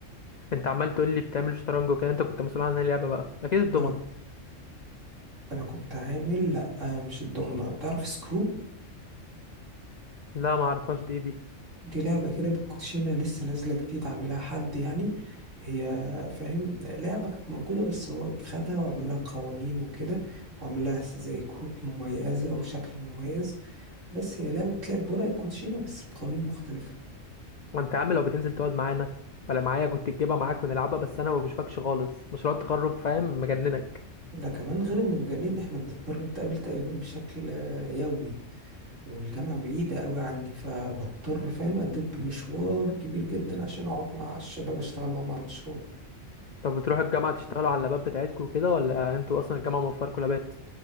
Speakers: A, on the left (about 65°); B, on the right (about 70°).
A: انت عمال تقول لي بتعمل شطرنج وكده انت كنت مسؤول عن اللعبة بقى أكيد الضمنة
B: انا انا كنت عامل لا آه مش الدومنه تعرف سكرو
A: لا ما اعرفهاش دي ايه دي
B: دي لعبه كده بالكوتشينه لسه نازله جديد عاملها حد يعني هي فاهم لعبه كانت موجوده بس هو خدها وعمل لها قوانين وكده وعمل لها زي كروت مميزه وشكل مميز بس هي لعبة بتلعب بورق الكوتشينة بس بقوانين مختلفة
A: وانت يا عم لو بتنزل تقعد معانا ولا معايا كنت تجيبها معاك ونلعبها بس انا ما بشوفكش خالص مشروع التخرج فاهم مجننك
B: ده كمان غير ان مجانين ان احنا بنضطر نتقابل تقريبا بشكل آه، يومي والجامعة بعيدة قوي عني فبضطر فاهم أدب مشوار كبير جدا عشان أقعد مع الشباب أشتغل معاهم على المشروع
A: طب بتروحوا الجامعه تشتغلوا على اللابات بتاعتكم كده ولا انتوا اصلا الجامعه موفركم لابات